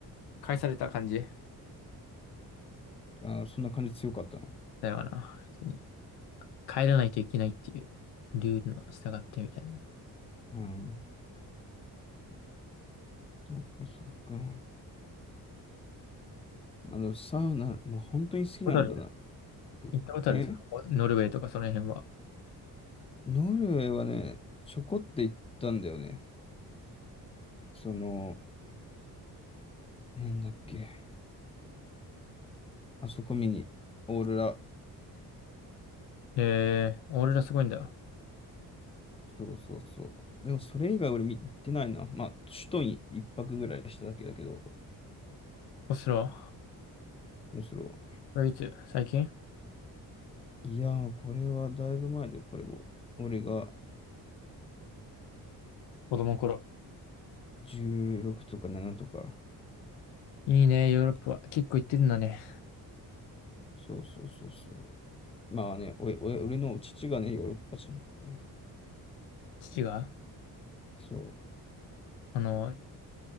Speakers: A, on the left; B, on the left.
A: 返された感じ
B: あーそんな感じ強かったの
A: だよな。普通に帰らないといけないっていうルールの従ってみたいなね。
B: うんそっかそっかあのサウナ、まあ、本当に好きなんだなっ
A: ホタル、
B: ていうえ
A: 行ったことあるそのノルウェーとかその辺は。
B: ノルウェーはねちょこって行ったんだよねそのなんだっけあそこ見にオーロラ
A: えー、俺らすごいんだ。
B: そうそうそうでもそれ以外俺見行ってないなまあ首都に一泊ぐらいしただけだけど
A: オスロ。
B: 面白
A: これいつ最近
B: い。いやー、これはだいぶ前で、これも。俺が
A: 子供の頃。
B: 16とか7とか。
A: いいね、ヨーロッパは。結構行ってるんだね。
B: そうそうそうそう。まあね、おいおい俺の父がね、ヨーロッパ人だからね。
A: 父が、
B: そ
A: あの、